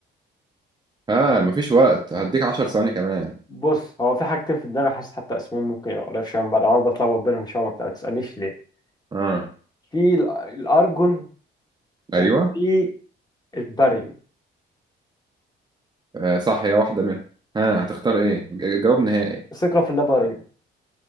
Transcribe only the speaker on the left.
بص هو في حاجتين في دماغي حاسس حتى اسمهم ممكن يبقى قريب شويه من بعض انا بتلخبط بينهم شويه ما بتاع- ما تسالنيش ليه
في ال- الارجون
وفي الباريوم
ثقه في اللاباريوم